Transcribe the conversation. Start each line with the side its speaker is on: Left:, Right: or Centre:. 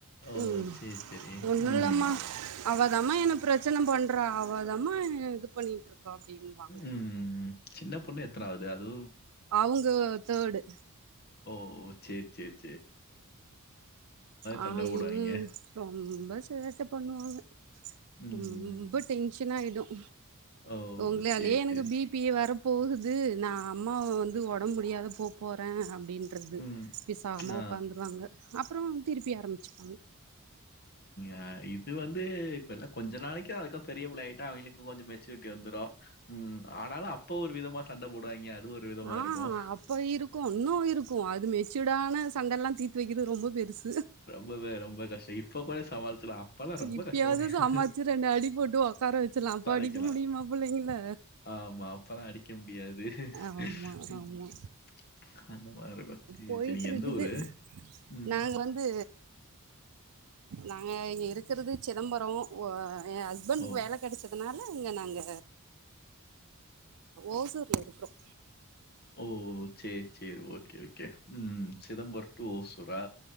Left: ஓ!
Right: உம்
Left: சரி, சரி.
Right: ஒண்ணும்
Left: ம்.
Right: இல்லமா அவதமா என்ன பிரச்சன பண்ற அவதமா இது பண்ணிட்டு இருக்கா அப்படின்னுவாங்க
Left: ம். சின்ன பொண்ணு எத்தனாவது அது
Right: அவங்க தேர்டு
Left: ஓ செரி செரி
Right: ஆஹ்
Left: சண்டை போடுவாய்ங்க.
Right: ரொம்ப சேட்ட பண்ணுவாங்க
Left: ம்.
Right: ரொம்ப டென்ஷன் ஆயிடும்
Left: ஓ!
Right: உங்ளாலே
Left: சரி,
Right: எனக்கு
Left: சரி.
Right: பிபி வர போகுது நான் அம்மாவ வந்து ஒடம்ப முடியாத போ போறேன் அப்படின்றது
Left: ம்.
Right: விசாகமாக
Left: ஆ.
Right: உக்காந்துருவாங்க அப்புறம் திருப்பி ஆரம்பமிச்சுப்பாங்க
Left: ஆஹ் இது வந்து இப்பல கொஞ்ச நாளைக்கும் அதுக்க பெரிய பிள்ளஆகிட்டா அவங்களுக்கும் கொஞ்சம் மெச்சூரிட்டி வந்துரும் ம். ஆனாலும் அப்போ ஒரு விதமா சண்டை போடுவாய்ங்க. அது ஒரு விதமா
Right: ஆஹ்
Left: இருக்கும்.
Right: அப்ப இருக்கும் இன்னும் இருக்கும் அது மெச்சூடான சண்டல்லாம் தீத்து வக்கிறது ரொம்ப பெருசு
Left: ரொம்பவே ரொம்ப கஷ்டம் இப்ப கூட சமாளிச்சலாம் அப்பல்லாம் ரொம்ப
Right: இப்பயாவது
Left: கஷ்ட முடியாதுஇப்ப
Right: சமாச்சு ரெண்டு அடி போட்டு ஒக்கார வச்சலா அப்ப
Left: அடக்கலாம்
Right: அடிக்க முடியுமா புள்ளைங்கள
Left: ஆமா அப்பலாம் அடிக்க முடியாது
Right: ஆமா
Left: <unintelligible>
Right: ஆமா
Left: சரி,
Right: போயிட்டு
Left: சரி. நீங்க
Right: இருக்குது
Left: எந்த ஊரு? ம்.
Right: நாங்க வந்து நாங்க இங்க இருக்கிறது சிதம்பரம் என் ஹஸ்பன்க்கு
Left: ஓ!
Right: வேல கெடச்சதுனா இங்க நாங்க ஓசூர்ல இருக்றோம்
Left: ஓ செரி செரி ஓகே ஓகே உம் சிதம்பரம் டு ஓசூரா